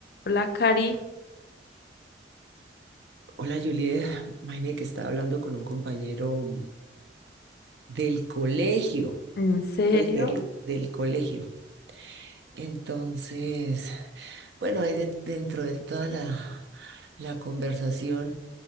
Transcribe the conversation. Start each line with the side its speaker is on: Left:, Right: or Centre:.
Left: Blackberry,
Right: Hola Juliet, imagínate que estaba hablando con un compañero del colegio,
Left: ¿en serio?
Right: ¿puede creerlo? Del colegio. Entonces, bueno, ahí de- dentro de toda la, la conversación